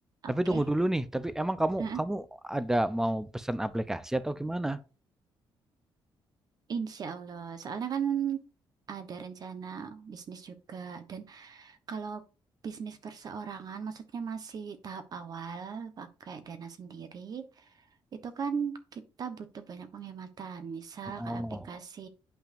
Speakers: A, on the right; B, in the centre.
A: Oke?
B: Tapi tunggu dulu nih, tapi emang kamu
A: Heeh.
B: kamu ada mau pesan aplikasi atau gimana?
A: Insya Allah. Soalnya kan ada rencana bisnis juga. Dan kalau bisnis perseorangan, maksudnya masih tahap awal, pakai dana sendiri, itu kan kita butuh banyak penghematan. Misal
B: Oh,
A: kayak aplikasi